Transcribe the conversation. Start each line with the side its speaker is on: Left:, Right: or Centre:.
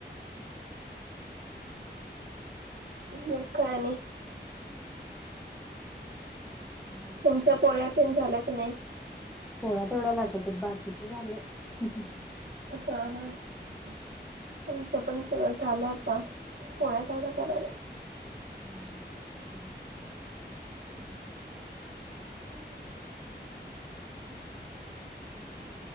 Right: मु काणि
Centre: काय नाही.
Right: तुमच्या पोळ्यात तेन झाल्या क नाही
Centre: पोळ्या तेवढ्या लाटाच्यात बाकीच झालंय हे ह ह ह
Right: हा ह आमचं पण सग झाल होत आता पोळ्या तेवढं करायला
Centre: हि हम हम्म